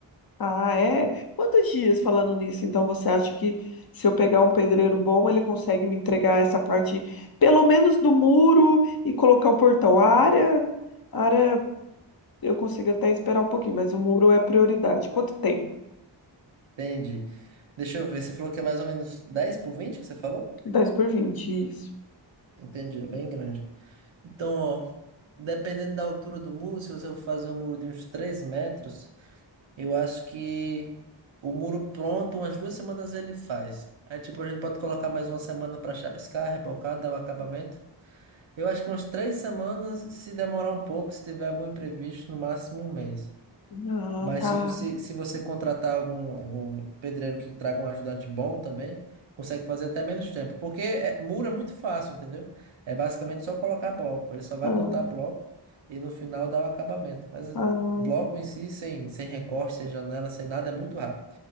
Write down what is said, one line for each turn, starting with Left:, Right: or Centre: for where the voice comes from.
Left: Ah, é? Quantos dias falando nisso? Então, você acha que se eu pegar um pedreiro bom, ele consegue me entregar essa parte, pelo menos do muro, e colocar o portão? A área, a área eu consigo até esperar um pouquinho, mas o muro é prioridade. Quanto tempo?
Right: Entendi. Deixa eu ver, você falou que é mais ou menos 10 por 20, que você falou?
Left: Dez por vinte isso.
Right: Entendi, é bem grande. Então, ó, dependendo da altura do muro, se você for fazer um muro de uns 3 metros, eu acho que o muro pronto, umas duas semanas ele faz. Aí, tipo, a gente pode colocar mais uma semana para chapiscar, rebocar, dar o acabamento. Eu acho que umas três semanas, se demorar um pouco, se tiver algum imprevisto, no máximo um mês.
Left: Ah,
Right: Mas,
Left: tá.
Right: tipo, se, se você contratar algum, algum pedreiro que traga um ajudante bom também, consegue fazer até menos tempo. Porque é, muro é muito fácil, entendeu? É basicamente só colocar bloco. Ele só vai
Left: Então.
Right: montar bloco e no final dá o acabamento. Mas é,
Left: Ah,
Right: bloco em si, sem, sem recorte, sem janela, sem nada, é muito rápido.